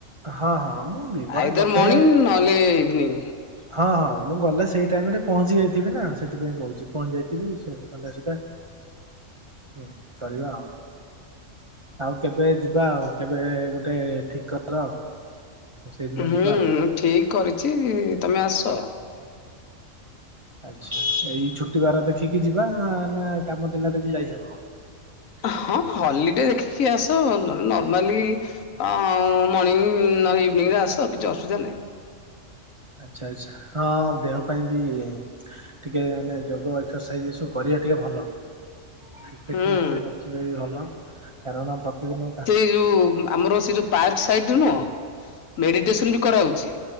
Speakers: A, on the right (about 30°); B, on the left (about 85°).
A: ହଁ ହଁ ମୁଁ ଦିପରରେ
B: ଆଇଦର
A: ଗଲେ
B: ମର୍ଣ୍ଣିଂ ନହେଲେ ଇଭିନିଂ।
A: ହଁ ହଁ ମୁଁ ଗଲେ ସେଇ ଟାଇମ ରେ ପହଞ୍ଚି ଯାଇଥିବି ନା, ସେଥିପାଇଁ କହୁଚି ପହଞ୍ଚି ଯାଇଥିବି ସନ୍ଧ୍ୟା ସୁଦ୍ଧା ହଁ କରିବା ଆଉ। ଆଉ କେବେ ଯିବା ଆଉ। କେବେ ଗୋଟେ ଠିକ କର। ସେଇଦିନ
B: ହୁଁ
A: ଯିବା ଆଉ।
B: ଠିକ କରିଚି ତମେ ଆସ।
A: ଆଚ୍ଛା ଏଇ ଛୁଟି ବାର ଦେଖିକି ଯିବା ନା କାମ ଦିନରେ ବି ଯାଇହବ?
B: ହଁ ହଲିଡେ ଦେଖିକି ଆସ। ନଲେ ନର୍ମାଲି ଆ ଉ ମର୍ଣିଂ ନହେ ଇଭିନିଂ ରେ ଆସ କିଛି ଅସୁବିଧା ନାହିଁ।
A: ଆଚ୍ଛା ଆଛା ହଁ ଦେହ ପାଇଁ ବି ଟିକେ ମାନେ ଯୋଗ ଏକ୍ସରସାଇଜ ଏ ସବୁ କରିବା ଟିକେ ଭଲ। ଟିକେ ଫିଟନେସ
B: ହୁଁ
A: ରଖିବା ବି ଭଲ। କାରଣ ପ୍ରତିଦିନ
B: ଏ ଯୋଉ ଆମର ସେ ଯୋଉ ପାର୍କ ସାଇଡରେ ନୁହ ମେଡିଟେସନ ବି କରାହଉଚି।